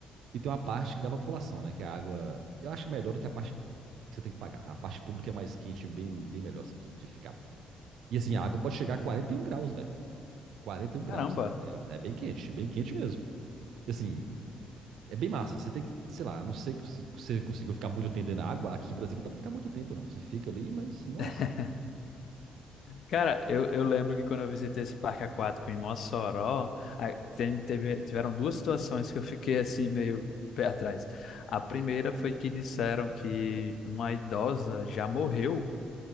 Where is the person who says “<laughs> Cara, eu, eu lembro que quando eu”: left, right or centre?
Left